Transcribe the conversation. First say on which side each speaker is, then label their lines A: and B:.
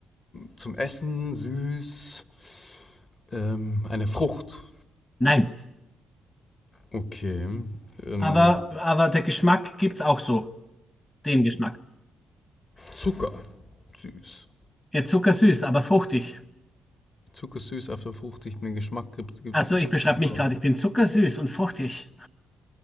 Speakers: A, on the left; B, on the left.
A: zum Essen süß. Ähm, eine Frucht.
B: nein.
A: Okay. Ähm,
B: Aber, aber der Geschmack gibt es auch so. Den Geschmack.
A: Zucker. Süß.
B: Ja, zuckersüß, aber fruchtig.
A: Zuckersüß auf der fruchtigen Geschmack gibt es
B: Also ich beschreibe mich
A: auch.
B: gerade, ich bin zuckersüß und fruchtig.